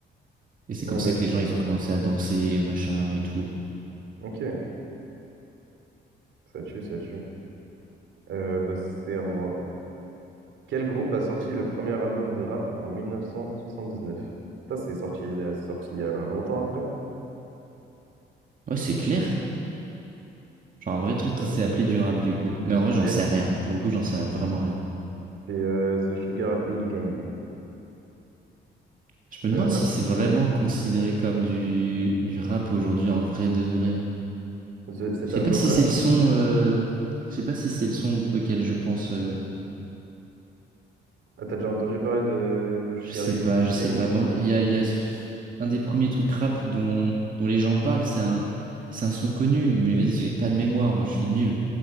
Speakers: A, on the right (about 45°); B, on the right (about 75°).
A: et c'est comme
B: Ah,
A: ça
B: bah,
A: que les gens ils
B: ok.
A: ont commencé à danser machin et tout
B: Ok. Ça tue, ça tue. Euh, bah, c'est à moi. Quel groupe a sorti le premier album de rap en 1979? Ça, c'est sorti, c'est sorti il y a longtemps après.
A: ouais c'est clair genre un vrai truc qui
B: Euh,
A: s'est appelé
B: C'était que
A: du
B: des,
A: rap
B: que
A: du
B: des
A: coup
B: trucs de
A: mais en
B: DJ.
A: vrai j'en sais rien pour le coup j'en sais vraiment rien
B: C'est euh, The Sugar Hill Gang,
A: je me demande
B: euh, Rappeurs
A: si c'est vraiment
B: Delight.
A: considéré comme du du rap aujourd'hui en vrai de vrai
B: The- cet
A: Je sais
B: album-là,
A: pas si c'est
B: là,
A: le son. euh, Je sais pas si c'est le son auquel je pense. euh,
B: ah, t'as déjà entendu parler de The Sugar
A: Je sais pas,
B: Hill
A: je sais
B: Gang,
A: pas.
B: là?
A: Mais en- Il y a, il y a ce- un des premiers trucs rap dont, dont les gens parlent. C'est un, c'est un son connu. Mais vas-y, j'ai pas de mémoire. Moi, je suis nul.